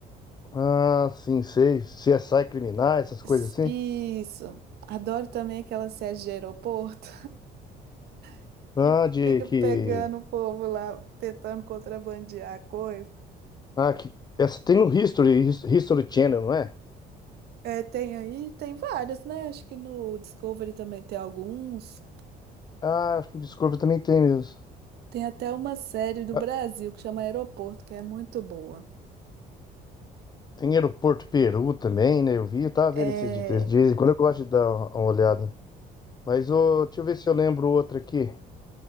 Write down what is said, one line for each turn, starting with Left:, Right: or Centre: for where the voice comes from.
Left: Ah, sim, sei. CSI criminais, essas coisas
Right: S-
Left: assim.
Right: Isso. Adoro também aquela série de aeroporto <laughs>
Left: Ah,
Right: que
Left: de
Right: fica
Left: que
Right: pegando o povo lá tentando contrabandear coisa.
Left: Ah, que... Essa tem no History, His- History Channel, não é?
Right: É, tem aí, tem vários, né? Acho que no Discovery também tem alguns.
Left: Ah, acho que o Discovery também tem mesmo.
Right: Tem até uma série do
Left: Ah,
Right: Brasil que chama Aeroporto, que é muito boa.
Left: Tem Aeroporto Peru também, né? Eu vi, eu tava vendo
Right: É,
Left: esses dias. De vez em quando eu gosto de dar uma uma olhada. Mas ô, deixa eu ver se eu lembro outra aqui.